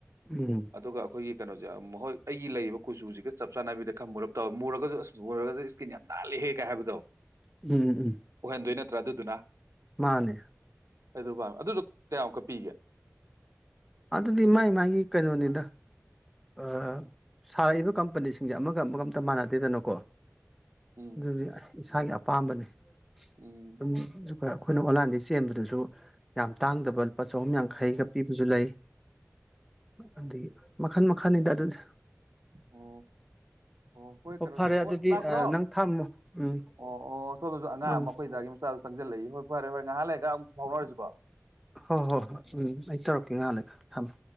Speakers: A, in the centre; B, on the right.
A: ꯎꯝ
B: ꯑꯗꯨꯒ ꯑꯩꯈꯣꯏꯒꯤ ꯀꯩꯅꯣꯁꯦ ꯃꯍꯣꯏ ꯑꯩꯒꯤ ꯂꯩꯔꯤꯕ ꯀꯨꯆꯨꯁꯤꯒ ꯆꯞ ꯆꯥꯟꯅꯕꯤꯗ ꯈꯔ ꯃꯨꯔꯞ ꯇꯧꯔ ꯃꯨꯔ <unintelligible> ꯀꯤꯟ ꯌꯥꯝ ꯅꯥꯜꯂꯤꯍꯦ ꯀꯥꯏ ꯍꯥꯏꯕꯗꯣ
A: ꯎꯝ ꯎꯝ
B: ꯑꯣꯏꯍꯟꯗꯣꯏ ꯅꯠ ꯇ꯭ꯔ ꯑꯗꯨꯗꯨꯅ
A: ꯃꯥꯅꯦ
B: ꯑꯗꯨ ꯄꯥꯝ ꯑꯗꯨꯗꯨ ꯀꯌꯥꯃꯨꯛꯀ ꯄꯤꯒꯦ
A: ꯑꯗꯨꯗꯤ ꯃꯥꯏ ꯃꯥꯒꯤ ꯀꯩꯅꯣꯅꯤꯗ ꯑꯥ ꯁꯥꯔꯛꯏꯕ ꯀꯝꯄꯅꯤꯁꯤꯡꯁꯦ ꯑꯃꯒ ꯑꯃꯒ ꯑꯝꯇ ꯃꯥꯟꯅꯗꯦꯗꯅꯀꯣ
B: ꯎꯝ
A: <unintelligible> ꯏꯁꯥꯒꯤ ꯑꯄꯥꯝ ꯄꯥꯝꯕꯅꯤ
B: ꯎꯝ
A: <unintelligible> ꯑꯩꯈꯣꯏꯅ ꯑꯣꯟꯂꯥꯏꯟꯗꯩ ꯆꯦꯟꯕꯗꯁꯨ ꯌꯥꯝ ꯇꯥꯡꯗꯕ ꯂꯨꯄꯥ ꯆꯍꯨꯝ ꯌꯥꯡꯈꯩꯒ ꯄꯤꯕꯁꯨ ꯂꯩ ꯑꯗꯒꯤ ꯃꯈꯜ ꯃꯈ ꯈꯅꯤꯗ ꯑꯗꯨꯗꯤ
B: ꯑꯣ ꯑꯣ ꯍꯣꯏ ꯀꯩꯅꯣ
A: ꯐꯔꯦ
B: ꯑꯣ
A: ꯑꯗꯨꯗꯤ
B: ꯂꯥꯛꯄ꯭ꯔꯣ
A: ꯅꯪ ꯊꯝꯃꯣ ꯎꯝ
B: ꯑꯣ ꯑꯣ ꯁꯣꯟꯗꯁꯨ ꯑꯉꯥꯡ
A: ꯑꯪ
B: ꯑꯃ ꯑꯈꯣꯏꯗꯥꯒꯤ ꯃꯆꯥꯗꯣ ꯆꯪꯖꯜꯂꯛꯏ ꯐꯔꯦ ꯐꯔꯦ ꯉꯥꯏꯍꯥꯛ ꯂꯩꯒ ꯑꯃꯨꯛ ꯐꯥꯎꯅꯔꯁꯤꯀꯣ
A: ꯍꯣꯏ ꯍꯣꯏ ꯍꯣꯏ ꯎꯝ ꯑꯩ ꯇꯧꯔꯛꯀꯦ ꯉꯥꯏꯍꯥꯛ ꯂꯩꯒ ꯊꯝꯃꯣ